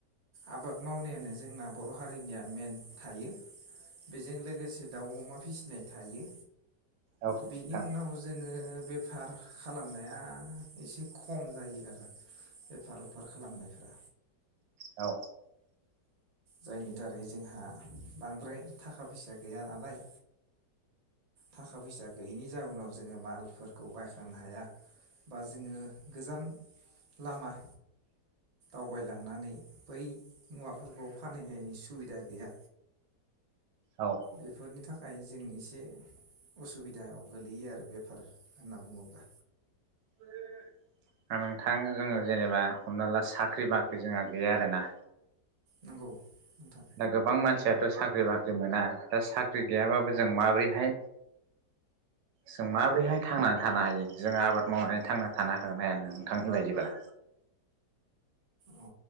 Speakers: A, on the right; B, on the right.
A: आबाद मावनायानो जोंना बर हारिनिया मेन थायो बेजों लोगोसे दाउ अमा फिसिनाय थायो
B: औ नोंथां
A: बेनि उनाव जोङो बे फार खालामनाया एसे खम जायो आरो बेफार उफार खालामनायफ्रा।
B: औ
A: जायनि दारै जोंहा बांद्राय थाखा फैसा। गैया नालाय थाखा फैसा गैयिनि जाउनाव जोङो मालफोरखौ बायखांनो हाया बा जोङो गोजान लामा। अबयलांनानै बै मुवाफोरखौ। फानहैनायनि सुबिदा गैया
B: औ
A: बेफोरनि थाखाय जों एसे उसुबिदायाव गोलैयो आरो बेफार होन्ना बुङोब्ला।
B: <unintelligible> थांङो जोङो जेनेबा हमना ला साख्रि बाख्रि जोंहा गैया आरोना।
A: नंगौ। नोंथां
B: दा गोबां मानसिया थ साख्रि बाख्रि मोना दा साख्रि गैयाबाबो जों माब्रैहाय जों माब्रैहाय थांनानै थानो हायो जों आबाद मावनानै थांना थानो हागोन हाया नोंथांनि बायदिब्ला?
A: अ